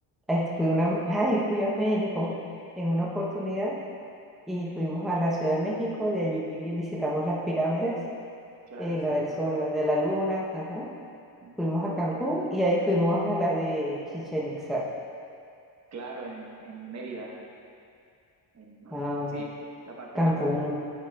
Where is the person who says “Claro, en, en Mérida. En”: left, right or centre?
Right